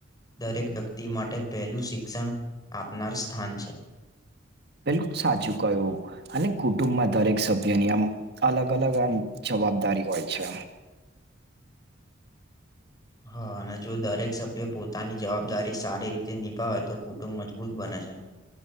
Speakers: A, on the left (about 20°); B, on the right (about 55°).
A: દરેક વ્યક્તિ માટે પહેલું શિક્ષણ આપનાર સ્થાન છે.
B: પેલું સાચું કયું અને કુટુંબમાં દરેક સભ્યની આમ અલગ અલગ આમ જવાબદારી હોય છે.
A: હા અને જો દરેક સભ્ય પોતાની જવાબદારી સારી રીતે નિભાવે તો કુટુંબ મજબૂત બને છે.